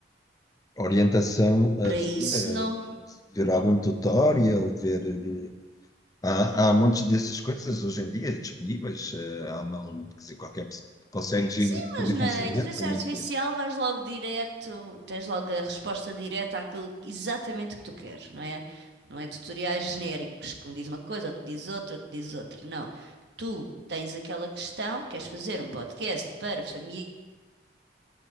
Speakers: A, on the left; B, on the right.
A: orientação,
B: Para isso
A: eh,
B: não,
A: ver algum tutorial, ver. eh, Há, há montes dessas coisas hoje em dia disponíveis. eh, Há uma, um- quer dizer, qualquer pessoa consegue descobrir
B: Sim, mas na
A: facilmente
B: inteligência
A: como
B: artificial
A: é que.
B: vais logo direto, tens logo a resposta direta àquilo exatamente que tu queres, não é? Não é tutoriais genéricos que um diz uma coisa, outro diz outra, outro diz outra. Não. Tu tens aquela questão, queres fazer um podcast para famílias,